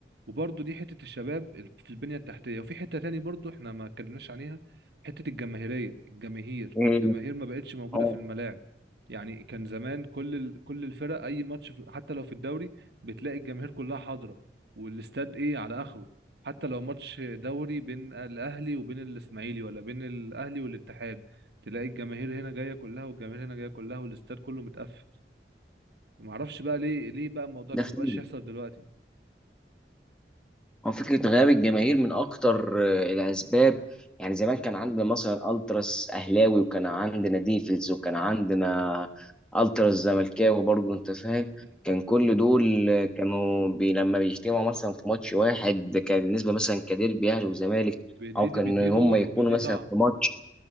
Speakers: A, on the right; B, in the centre.
A: وبرضه دي حته الشباب ال- في البنيه التحتيه وفي حته تاني برضه احنا ما اتكلمناش عليها حته الجماهيريه الجماهير
B: إيه،
A: الجماهير ما بقتش موجوده
B: اه
A: في الملاعب يعني كان زمان كل ال... كل الفرق اي ماتش في... حتى لو في الدوري بتلاقي الجماهير كلها حاضره والاستاد ايه على اخره حتى لو ماتش دوري بين الاهلي وبين الاسماعيلي ولا بين الاهلي والاتحاد تلاقي الجماهير هنا جايه كلها والجماهير هنا جايه كلها والاستاد كله متقفل ما اعرفش بقى ليه ليه بقى الموضوع ده
B: ده فعلا
A: ما بقاش يحصل دلوقتي
B: هو فكره غياب الجماهير من اكتر آه، الاسباب يعني زمان كان عندنا مثلا التراس اهلاوي وكان عندنا ديفلز وكان عندنا التراس زملكاوي برضه انت فاهم
A: مم.
B: كان كل دول آه، كانوا بي لما بيجتمعوا مثلا في ماتش واحد كان بالنسبه مثلا كديربي اهلي وزمالك
A: بيديه
B: او كان
A: بيديه روح
B: هم يكونوا
A: وبيديه
B: مثلا
A: طعم
B: في ماتش